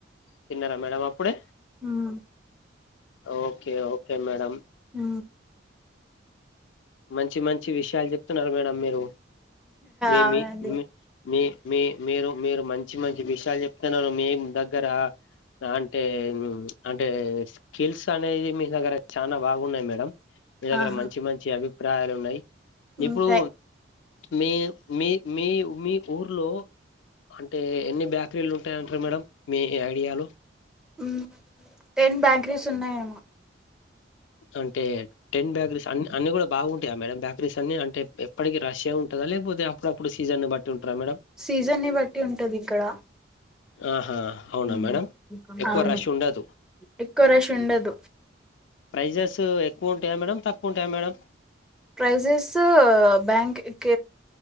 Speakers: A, on the left; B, in the centre.
A: తిన్నారా మేడం అప్పుడే
B: హ్మ్
A: ఓకే ఓకే మేడం
B: ఉ
A: మంచి మంచి విషయాలు చెప్తున్నారు మేడం మీరు మీ
B: అవునండి
A: మీ మీ మీ మీ మీరు మీరు మంచి మంచి విషయాలు చెప్తున్నారు మీమ్ దగ్గర అంటే ఉ అంటే కిల్స్ అనేది మీ దగ్గర చానా బాగున్నాయి మేడం మీ దగ్గర
B: ఆహా
A: మంచి మంచి అభిప్రాయాలు ఉన్నాయి
B: ఉంటాయి
A: ఇప్పుడు మీ మీ మీ మీ ఊర్లో అంటే ఎన్ని బ్యాకరీలు ఉంటాయంటారు మేడం మీ ఐడియాలు
B: ఉ టెన్ బ్యాకరీస్ ఉన్నాయేమో
A: అంటే టెన్ బ్యాకరీస్ అన్ని అన్ని కూడా బాగుంటాయా మేడమ్ బేకరీస్ అన్ని అంటే ఎప్పటికి రష్యా ఉంటందా లేకపోతే అప్పుడప్పుడు సీజన్ బట్ టి ఉంటదా మేడం
B: సీజన్ ని బట్టి ఉంటది ఇక్కడ
A: ఆహా అవునా
B: హ్మ్
A: మేడం ఎక్కువ
B: అవును
A: రష్ ఉండదు
B: ఎక్కువ రష్ ఉండదు
A: ప్రైజెస్ ఎక్కువ ఉంటాయా మేడం తకువ ఉంటాయా మేడం
B: ప్రైజెస్ బ్యాంక్ ఇక